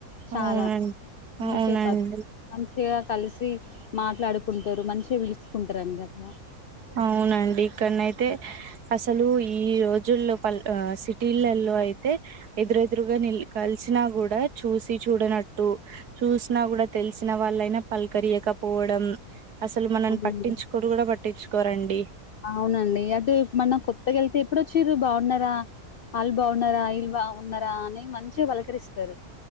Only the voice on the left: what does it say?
చాలా
పిచే
పద్ మంచిగా కలిసి మాట్లాడుకుంటారు మంచిగా విలుచకుంటారనీ గట్లా
అవునండి
అవునండి అటు మన కొత్తగా అయితే ఎప్పుడు వచ్చిర్రు బాగున్నారా? అల్ బాగున్నారా ఇల్ బాగా ఉన్నారా? అని మంచిగా పలకరిస్తారు